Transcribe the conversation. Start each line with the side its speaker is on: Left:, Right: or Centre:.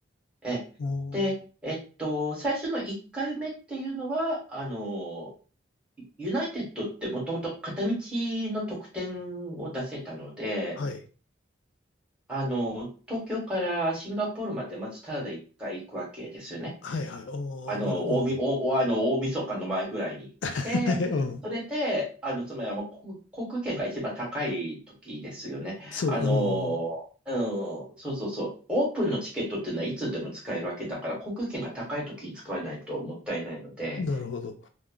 Centre: え、
Left: おー。
Centre: で、えっと、最初の1回目っていうのは、あの、ユナイテッドってもともと片道の特典を出せたので、
Left: はい。
Centre: あの、東京からシンガポールまでまずタダで一回行くわけですよね。
Left: はい。はい。おー。
Centre: あの、
Left: なるほど。
Centre: 大み、
Left: うん。
Centre: お、おあの、大晦日の前ぐらいに。
Left: <laughs>
Centre: で、
Left: はい。うん。
Centre: それで、あの、つまりはもう航航空券が一番高い時ですよね。
Left: そう。
Centre: あの、
Left: うん。
Centre: うん、そうそうそう。オープンのチケットっていうのはいつでも使えるわけだから、航空券が高い時に使わないともったいないので。
Left: なるほど。